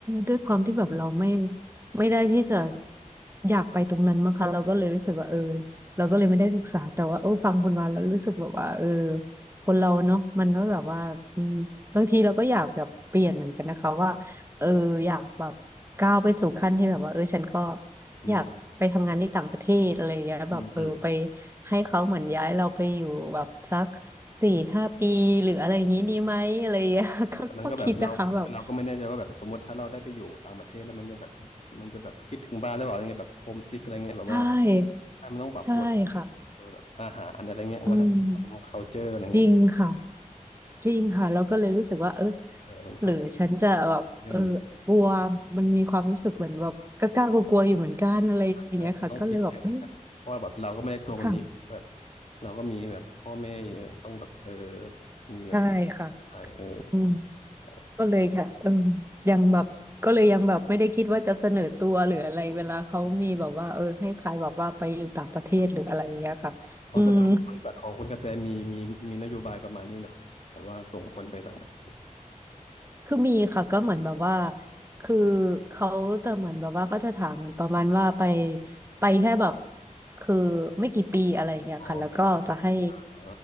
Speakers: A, on the right (about 20°); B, on the left (about 55°).
A: ด้วยความที่แบบเราไม่ไม่ได้ที่จะอยากไปตรงนั้นมั้งคะเราก็เลยรู้สึกว่าเออเราก็เลยไม่ได้ศึกษาแต่ว่าเออฟังคุณมาแล้วรู้สึกแบบว่าเออคนเราเนาะมันก็แบบว่าอืมบางทีเราก็อยากแบบเปลี่ยนเหมือนกันนะคะว่าเอออยากแบบก้าวไปสู่ขั้นที่แบบว่าเออฉันก็
B: อืม
A: อยากไปทำงานที่ต่างประเทศอะไรอย่างเงี้ยแบบเออไป
B: อืมอืม
A: ให้เขาเหมือนย้ายเราไปอยู่แบบสักสี่ห้าปีหรืออะไรอย่างนี้ดีไหมอะไรอย่างเงี้ย <laughs> ก็ก็คิดนะคะแบบ
B: แต่มันก็แบบเราคือเราก็ไม่แน่ใจว่าแบบสมมติถ้าเราได้ไปอยู่ต่างประเทศแล้วมันจะแบบมันจะแบบคิดถึงบ้านหรือเปล่าอะไรเงี้ยแบบโฮมซิกอะไรเงี้ยแบบว่า
A: ใช่
B: ใช่มันต้องปรับตัว
A: ใช่ค่ะ
B: เออแบบอาหารอะไรเงี้ยวัฒนธรรม
A: อืม
B: culture อะไรเงี้ย
A: จริงค่ะจริงค่ะเราก็เลยรู้สึกว่าเออ
B: เออมันก็
A: หรือฉันจะแบบเออกลัว
B: เยอะเหมือน
A: มันมีความรู้สึกเหมือนแบบกล้ากลัวกลัวๆอยู่เหมือนกันอะไรอย่างเงี้ยค่ะก็เลยแบบเอ้ย
B: อืมใช่ใช่มันต้องคิดเยอะเหมือนกันเพราะว่าแบบเราก็ไม่ได้ทัวร์คนเดียวแบบ
A: ค่ะ
B: เราก็มีแบบพ่อแม่เยอะต้องแบบเออมีแบบ
A: ใช่ค่ะ
B: ใช่เออ
A: อืม
B: ใช่
A: ก็เลยค่ะเออยังแบบก็เลยยังแบบไม่ได้คิดว่าจะเสนอตัวหรืออะไรเวลาเขามีแบบว่าเออให้ใครแบบว่าไปอยู่ต่างประเทศหรืออะไรอย่างเงี้ยค่ะอืม
B: อืมครับเอาแสดงว่าบริษัทของคุณกระแตมีมีมีนโยบายประมาณนี้เนอะแบบว่าส่งคนไปต่างประเทศ
A: คือมีค่ะก็เหมือนแบบว่าคือเขาจะเหมือนแบบว่าก็จะถามเหมือนประมาณว่าไปไปแค่แบบคือไม่กี่ปีอะไรอย่างเงี้ยค่ะแล้วก็จะให้
B: อ๋อแบบเออ